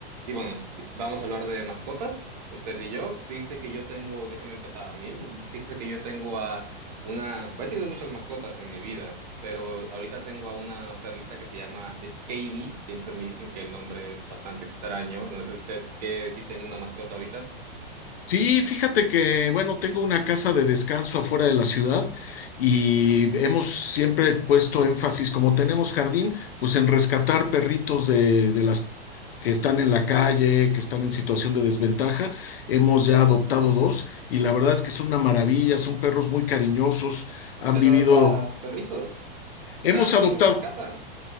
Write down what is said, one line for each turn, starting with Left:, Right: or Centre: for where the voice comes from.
Right: Y bueno, vi- vamos a hablar de mascotas, usted y yo. Fíjese que yo tengo, déjeme empezar a mí, fíjese que yo tengo a una, he tenido muchas mascotas en mi vida, pero ahorita tengo a una perrita que se llama Skady, siempre me dicen que el nombre es bastante extraño, no sé usted que si tengo una mascota ahorita.
Left: Sí, fíjate que, bueno, tengo una casa de descanso afuera de la ciudad y hemos siempre puesto énfasis, como tenemos jardín, pues en rescatar perritos de, de las que están en la calle, que están en situación de desventaja. Hemos ya adoptado dos y la verdad es que es una maravilla, son perros muy cariñosos, han
Right: ¿Usted
Left: vivido,
Right: adopta perritos? O
Left: hemos
Right: sea, ¿los,
Left: adoptado.
Right: los rescata?